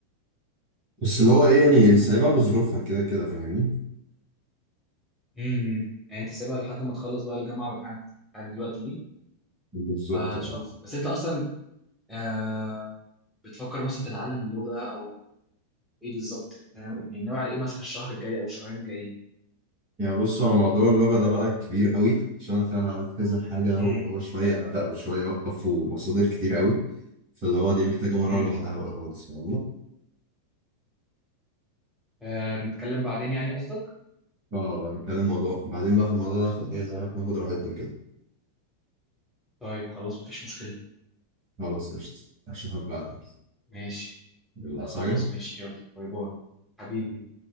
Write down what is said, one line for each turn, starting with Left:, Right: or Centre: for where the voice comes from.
Right: بس اللي هو ايه يعني سايبها بظروفها كده كده فاهمني
Centre: امم يعني أنت سيبها لحد ما تخلص بقى الجامعة والحاجات بتاعت دلوقتي دي
Right: بالظبط
Centre: آه
Right: اه
Centre: تشوف بس أنت أصلا آه بتفكر مثلا تتعلم اللغة أو ايه بالظبط انت ناوي يعني ناوي على ايه مثلا الشهر الجاي او الشهرين الجايين
Right: يعني بص هو موضوع اللغة ده بقى كبير قوي عشان انا فعلا عملت كذا حاجة
Centre: امم
Right: واللي هو شوية ابدأ وشوية اوقف ومصادر كتير قوي فاللي هو دي محتاجة مرة
Centre: امم
Right: لوحدها بقى خالص فاهمني
Centre: آه نتكلم بعدين يعني قصدك
Right: اه هنتكلم موضوع بعدين بقى في الموضوع ده عشان ايه نعرف ناخد راحتنا كده
Centre: طيب خلاص مفيش مشكلة
Right: خلاص قشطة اشوفك بعدين
Centre: ماشي
Right: يلا
Centre: خلاص
Right: عايز حاجة
Centre: ماشي يلا باي باي حبيبي